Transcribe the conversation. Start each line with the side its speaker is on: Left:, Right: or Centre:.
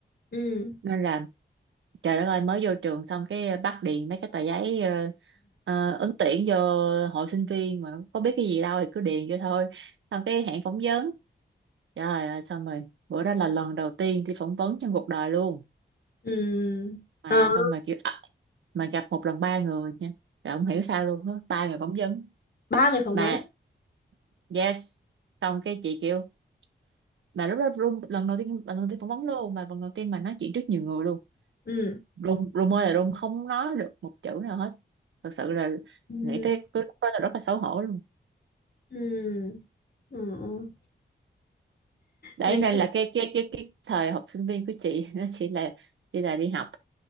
Left: ừ
Right: nên là Trời đất ơi mới vô trường xong cái bắt điền mấy cái tờ giấy ờ, ờ, ứng tuyển vô hội sinh viên mà có biết cái gì đâu thì cứ điền vô thôi xong cái hẹn phỏng vấn trời ơi xong rồi bữa đó là lần đầu tiên đi phỏng vấn trong cuộc đời luôn
Left: ừ
Right: mà
Left: Ờ,
Right: xong mà kiểu à, mà gặp một lần ba người nha rồi không hiểu sao luôn á ba người phỏng vấn
Left: ba người phỏng
Right: mà
Left: vấn ấy.
Right: yes xong cái chị kêu mà lúc đó run lần đầu tiên lần đầu tiên phỏng vấn luôn mà lần đầu tiên mà nói chuyện trước nhiều người luôn
Left: ừ
Right: run run ơi là run không nói được một chữ nào hết thật sự là
Left: ừ
Right: nghĩ tới cái lúc đó là rất là xấu hổ luôn
Left: ừ, ừ.
Right: đấy
Left: nói
Right: nên
Left: chung
Right: là cái cái cái cái thời học sinh viên của chị <laughs> nó chỉ là chỉ là đi học